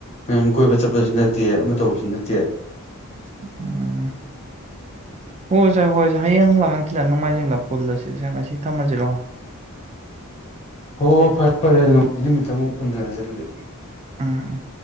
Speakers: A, on the left (about 30°); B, on the right (about 30°).
A: ꯅꯪ ꯀꯣꯏꯕ ꯆꯠꯄꯁꯨ ꯅꯠꯇꯦ ꯑꯃ ꯇꯧꯕꯁꯨ ꯅꯠꯇꯦ <inaudible>
B: ꯎꯝ ꯍꯣꯏ ꯁꯦ ꯍꯣꯏ ꯁꯦ ꯍꯌꯦꯡꯂ ꯍꯪꯆꯤꯠꯂ ꯅꯣꯡꯃꯥꯏꯖꯤꯡꯂ ꯄꯨꯜꯂꯁꯤ ꯁꯦ ꯉꯁꯤ ꯊꯝꯃꯁꯤꯔꯣ
A: ꯍꯣꯏ ꯍꯣꯏ ꯐꯔꯦ ꯐꯔꯦ ꯑꯗꯨ ꯉꯝ ꯅꯨꯃꯤꯠꯇꯃꯨꯛ ꯎꯅꯔꯁꯦ ꯑꯗꯨꯗꯤ
B: ꯎꯝ